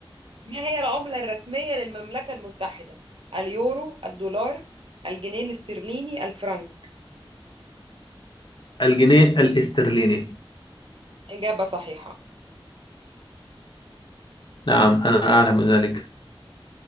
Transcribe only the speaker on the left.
الجنيه الاسترليني
نعم أنا أعلم ذلك